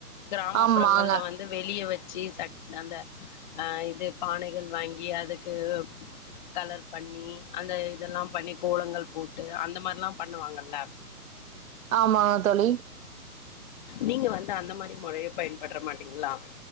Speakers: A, on the left; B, on the right.
A: கிராமப்புறங்கள்ல
B: ஆமாங்க
A: வந்து வெளிய வச்சு சட் அந்த அஹ் இது பானைகள் வாங்கி அதுக்கு கலர் பண்ணி அந்த இதெல்லாம் பண்ணி கோலங்கள் போட்டு அந்த மாரியலம் பண்ணுவாங்கல்ல
B: ஆமங்க தொழி
A: நீங்க வந்து அந்த மாதிரி முறைய பயன்படமாட்டீங்களா